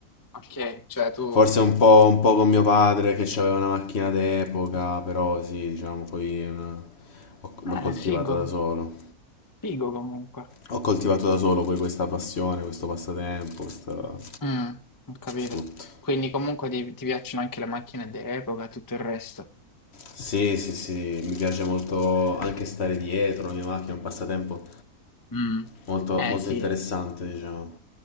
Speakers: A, on the left; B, on the left.
A: Ok, cioè tu...
B: Forse un po', un po' con mio padre che aveva una macchina d'epoca, però sì, diciamo, poi è una- ho- l'ho
A: Eh,
B: coltivata
A: figo,
B: da solo.
A: figo comunque.
B: Ho coltivato da solo poi questa passione, questo passatempo, questo...
A: Mm, ho capito.
B: tutto.
A: Quindi comunque ti, ti piacciono anche le macchine d'epoca e tutto il resto.
B: Sì, sì, sì, mi piace molto anche stare dietro la mia macchina, è un passatempo
A: Mm.
B: molto,
A: Eh
B: molto
A: sì,
B: interessante, diciamo.